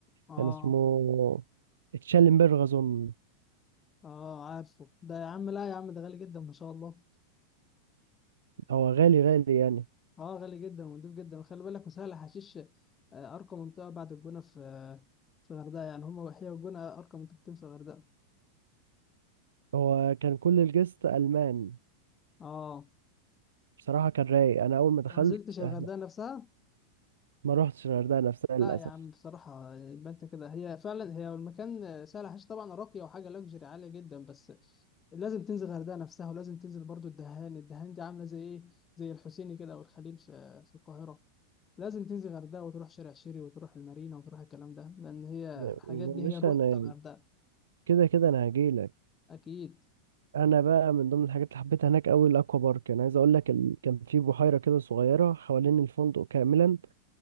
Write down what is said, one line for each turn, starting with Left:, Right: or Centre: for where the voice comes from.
Left: اه
Right: كان اسمه تشالنبرغ اظن
Left: اه عارفه ده يا عم لا يا عم ده غالي جدا ما شاء الله
Right: هو غالي غالي يعني
Left: اه غالي جدا ونضيف جدا وخلي بالك وسهل حشيش آه، ارقى منطقه بعد الجونه في آه، في الغردقه يعني هما وحياه والجونه ارقى منطقتين في الغردقه
Right: هو كان كل الجست ألمان
Left: اه
Right: بصراحة كان رايق أنا أول ما
Left: انت
Right: دخلت
Left: ما نزلتش الغردقه
Right: إحنا
Left: نفسها
Right: ما روحتش الغردقة نفسها
Left: لا
Right: للأسف
Left: يا عم بصراحه يبقى انت كده هي فعلا هي المكان آه، سهل حشيش طبعا راقيه وحاجه لوكسجري عاليه جدا بس لازم تنزل الغردقه نفسها ولازم تنزل برضو الدهان الدهان دي عامله زي ايه زي الحسيني كده او الخليل في في القاهره لازم تنزل الغردقه وتروح شارع شيري وتروح المارينا وتروح الكلام ده لان هي
Right: يعني
Left: الحاجات دي هي
Right: مش
Left: الروح
Right: أنا
Left: بتاع الغردقه
Right: كده كده أنا هجيلك
Left: اكيد
Right: أنا بقى من ضمن الحاجات اللي حبيتها هناك أوي الأكوا بارك أنا عايز أقول لك ال... كان في بحيرة كده صغيرة حوالين الفندق كاملا